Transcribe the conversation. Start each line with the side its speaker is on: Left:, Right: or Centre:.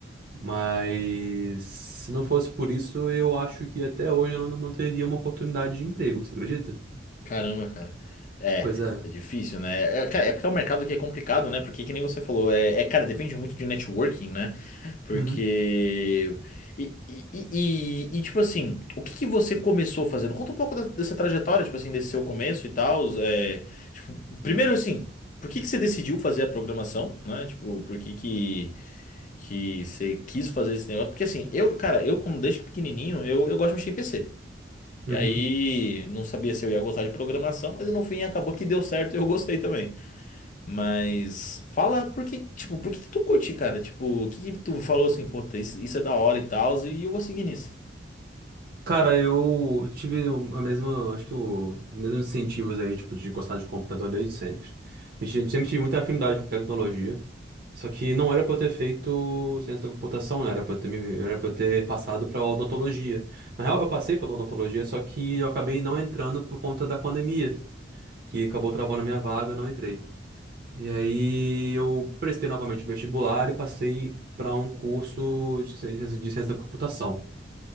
Right: Mas se não fosse por isso, eu acho que até hoje eu não, não teria uma oportunidade de emprego, você acredita?
Left: Caramba, cara. É,
Right: Pois é.
Left: é difícil, né? É, é, cara, é porque é um mercado que é complicado, né? Porque, que nem você falou, é, é, cara, depende muito de networking, né? Porque.
Right: Uhum.
Left: E, e, e- e, tipo assim, o que que você começou fazendo? Conta um pouco da- dessa trajetória, tipo assim, desse seu começo e tal. É, tipo, primeiro, assim, por que que você decidiu fazer a programação, né? Tipo, por que que, que você quis fazer esse negócio? Porque, assim, eu, cara, eu, como desde pequenininho, eu, eu gosto de mexer em PC.
Right: Uhum.
Left: E aí, não sabia se eu ia gostar de programação, mas no fim acabou que deu certo e eu gostei também. Mas fala por que, tipo, por que que tu curte, cara? Tipo, o que que tu falou assim, puta, isso, isso é da hora e tal, e eu vou seguir nisso.
Right: Cara, eu tive a mesma, acho que o, os mesmos incentivos aí, tipo, de gostar de computador desde sempre. A gente sempre tive muita afinidade com tecnologia. Só que não era pra eu ter feito ciência da computação, né? Era pra eu ter, me- era pra eu ter passado pra odontologia. Na real, eu passei pra odontologia, só que eu acabei não entrando por conta da pandemia, que acabou travando a minha vaga, eu não entrei. E aí eu prestei novamente o vestibular e passei pra um curso de ciência de ciência da computação.